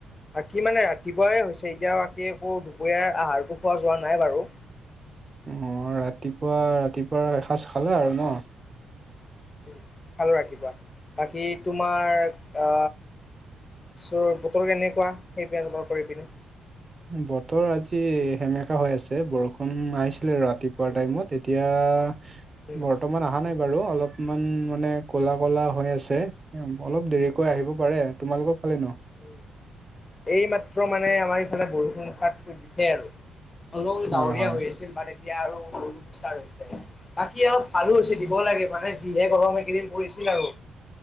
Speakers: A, on the left; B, on the right.
A: বাকী মানে ৰাতিপুৱাই হৈছে এতিয়া বাকী একো দুপৰীয়ীয়া আহাৰটো খোৱা যোৱা নাই বাৰু।
B: অ' ৰাতিপুৱা ৰাতিপুৱা এসাঁজ খালা আৰু ন।
A: উম খালো ৰাতিপুৱা, বাকী তোমাৰ- অ, চ ' বতৰ কেনেকুৱা? সেই পিনে তোমাৰ কৰি পিনি?
B: বতৰ আজি সেমেকা হৈ আছে বৰষুণ আহিছিলে ৰা- ৰাতিপুৱা
A: উম
B: টাইমত, এতিয়া-
A: উম উম
B: বৰ্তমান অহা নাই বাৰু, অলপমান মানে কলা কলা হৈ আছে। অলপ দেৰিকৈ আহিব পাৰে, তোমালোকৰ ফালে নো-
A: উম এই মাত্ৰ মানে আমাৰ ইফালে বৰষুণ চাদটো দিছে আৰু। অলপ ডাৱৰীয়া
B: হয় হয়
A: হৈ আছিল বাৰু এতিয়া আৰু, গৰুুষ্টাৰ হৈছে বাকী অলপ- ভালো হৈছে দিব লাগে, মানে যিহে গৰমে কিনম পৰিছিল আৰু।